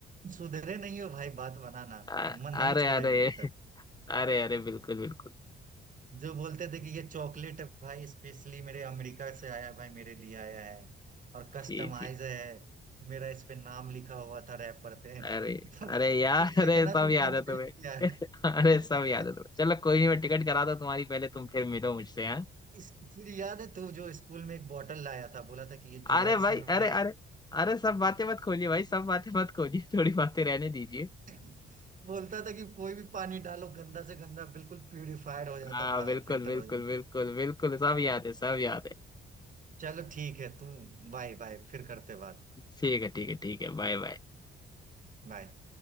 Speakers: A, on the right (about 40°); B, on the left (about 20°).
A: सुधरे नहीं हो भाई बात बनाना
B: अ-
A: मन नहीं
B: अरे
A: छोड़े
B: अरे
A: अभी
B: <laughs>
A: तक
B: अरे अरे बिल्कुल बिल्कुल
A: जो बोलते थे कि ये चॉकलेट है भाई स्पेशली मेरे अमेरिका से आया है भाई मेरे लिए आया है और कस्टमाइज
B: जी जी
A: है मेरा इस पे नाम लिखा हुआ था रैपर पे <laughs>
B: अरे
A: तो
B: अरे यार
A: ये तो फेंकना
B: अरे सब
A: तो बंद
B: याद है तुम्हें
A: नहीं किया है
B: <laughs> अरे
A: <laughs>
B: सब याद है तुम्हें चलो कोई नहीं मैं टिकट कराता हूँ तुम्हारी पहले तुम फिर मिलो मुझसे हाँ
A: इस फिर याद है तू जो स्कूल में एक बॉटल लाया था बोला था कि ये
B: अरे
A: दुबई
B: भाई
A: से मेरे
B: अरे अरे अरे सब बातें मत खोलिए भाई सब बातें मत खोलिए थोड़ी बातें रहने दीजिए
A: <laughs> बोलता था कि कोई भी पानी डालो गंदा से गंदा बिल्कुल प्यूरिफाइड हो जाता
B: हाँ
A: था
B: बिल्कुल
A: फिल्टर
B: बिल्कुल
A: हो जाता
B: बिल्कुल बिल्कुल सब याद है सब याद है
A: चलो ठीक है तू बाय बाय फिर करते बात
B: ठीक है ठीक है ठीक है बाय बाय
A: बाय